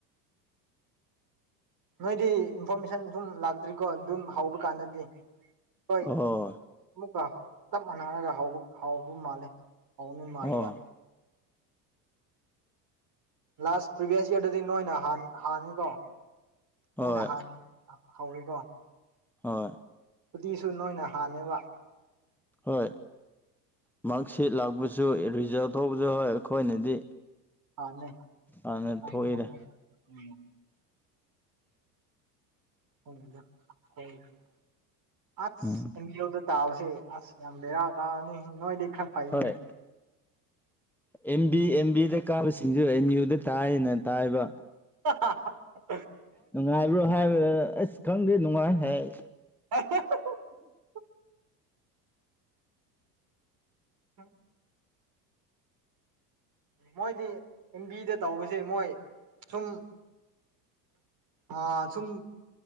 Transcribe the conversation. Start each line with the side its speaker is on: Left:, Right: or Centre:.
Right: ꯅꯣꯏꯗꯤ ꯏꯟꯐꯣꯔꯃꯦꯁꯟ ꯁꯨꯝ ꯂꯥꯛꯇ꯭ꯔꯤꯀꯣ ꯑꯗꯨꯝ ꯍꯧꯕ ꯀꯥꯟꯗꯗꯤ ꯍꯣꯏ
Centre: ꯑꯣ
Right: ꯑꯃꯨꯛꯀ ꯆꯞ ꯃꯥꯟꯅꯔꯒ ꯍꯧꯕ ꯍꯥꯎꯕ ꯃꯥꯜꯂꯦ ꯍꯥꯎꯅꯤ ꯃꯥꯜꯂꯦꯕ
Centre: ꯑꯣ
Right: ꯂꯥꯁ ꯄ꯭ꯔꯤꯚ꯭ꯌꯁ ꯌꯔꯗꯗꯤ ꯅꯣꯏꯅ ꯍꯥꯟ ꯍꯥꯟꯅꯤꯀꯣ ꯅꯣꯏꯅ
Centre: ꯍꯣꯏ
Right: ꯍꯥꯟ__ ꯍꯥꯎꯋꯦꯀꯣ
Centre: ꯍꯣꯏ
Right: ꯎꯗꯨꯏꯁꯨ ꯅꯣꯏꯅ ꯍꯥꯟꯅꯦꯕ
Centre: ꯍꯣꯏ ꯃꯥ꯭ꯔꯛ ꯁꯤꯠ ꯂꯥꯛꯄꯁꯨ ꯑꯦ ꯔꯤꯖꯜꯠ ꯊꯣꯛꯄꯁꯨ ꯍꯣꯏ ꯑꯩꯈꯣꯏꯅꯗꯤ
Right: ꯑꯥꯅꯦ
Centre: ꯍꯥꯟꯅ
Right: <unintelligible>
Centre: ꯊꯣꯛꯏꯗ
Right: ꯈꯪꯗꯦꯗ ꯑꯈꯣꯏꯒꯤꯗꯤ <unintelligible>
Centre: ꯎꯝ
Right: ꯌꯧꯗ ꯇꯥꯕꯁꯦ ꯑꯁ ꯌꯥꯝ ꯕꯦꯔꯥ ꯀꯥꯒꯅꯤ ꯅꯣꯏꯗꯤ ꯈꯔ ꯐꯩꯌꯦꯅꯦ
Centre: ꯍꯣꯏ ꯑꯦꯝ ꯕꯤ ꯑꯦꯝ ꯕꯤꯗ ꯀꯥꯕꯁꯤꯡꯁꯨ ꯑꯦꯝ ꯌꯨꯗ ꯇꯥꯏꯌꯦꯅ ꯇꯥꯏꯕ꯫
Right: ꯍꯥ ꯍꯥ ꯍꯥ꯫
Centre: ꯅꯨꯡꯉꯥꯏꯕ꯭ꯔꯣ ꯍꯥꯏꯕ ꯑꯁ ꯈꯪꯗꯦ ꯅꯨꯡꯉꯥꯏ ꯍꯥꯏ
Right: ꯑꯣ <unintelligible> ꯃꯣꯏꯗꯤ ꯑꯦꯝ ꯕꯤꯗ ꯇꯧꯕꯁꯦ ꯃꯣꯏ ꯁꯨꯝ ꯑ ꯁꯨꯝ